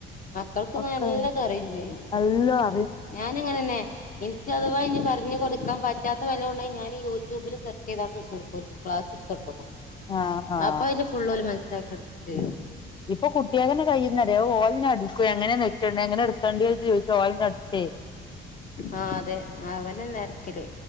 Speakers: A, on the left; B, on the left.
A: മക്കൾക്ക്ങ്ങനെ
B: ഒക്കെ
A: എല്ലാതും അറിയേം ചെയ്യും
B: എല്ലാം അറിയും
A: ഞാനങ്ങനെന്നെ എനിക്ക് അഥവാ ഇനി പറഞ്ഞു കൊടുക്കാൻ പറ്റാത്ത വെല്ലോം ഒണ്ടങ്കി ഞാനി യൂട്യൂബില് സെർച്ച് ചെയ്താണ്ട് കൊടുക്കല് ക്ലാസ് <unintelligible>
B: ആഹ് ആഹ്
A: അപ്പ അയില് ഫുള്ളോല് മനസ്സിലാക്കി എടുക്കേം ചെയ്യും
B: ഇപ്പൊ കുട്ടിയാൾ തന്നെ ങ്ങനെ കഴ്യുന്ന ഓലന്നെ അടിച്ചു എങ്ങനെ നെക്കണ്ട എങ്ങനെ എടുക്കേണ്ടി ചോദു ഓനന്നെ അടിച്ചേ
A: ആഹ് അതെ അവരന്ന അരക്കല്